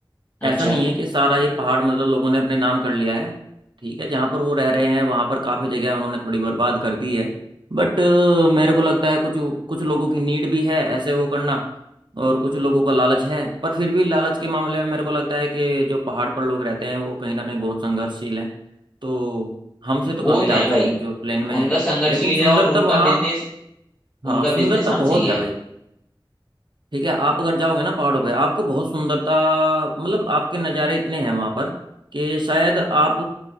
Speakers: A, on the right (about 60°); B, on the left (about 20°).
A: ऐसा
B: अच्छा
A: नहीं है कि सारा ये पहाड़ मतलब लोगों ने अपने नाम कर लिया है ठीक है जहाँ पर वो रह रहे हैं वहाँ पर काफ़ी जगह उन्होंने थोड़ी बर्बाद कर दी है बट मेरे को लगता है कुछ कुछ लोगों की नीड भी है ऐसे वो करना और कुछ लोगों का लालच है पर फिर भी लालच के मामले में मेरे को लगता है कि जो पहाड़ पर लोग रहते हैं वो कहीं ना कहीं बहुत संघर्षशील हैं तो हमसे तो
B: वो
A: कम ही
B: तो
A: लालची
B: है भाई
A: हैं जो प्लेन में
B: उनका
A: हैं
B: संघर्षशील
A: लेकिन सुंदरता
B: है और उनका
A: वहाँ
B: बिजनेस
A: हाँ
B: उनका
A: सुंदरता
B: बिजनेस हमसे
A: बहुत
B: ही
A: है
B: है
A: भाई ठीक है आप अगर जाओगे ना पहाड़ों पे आपको बहुत सुंदरता मतलब आपके नज़ारे इतने हैं वहां पर कि शायद आप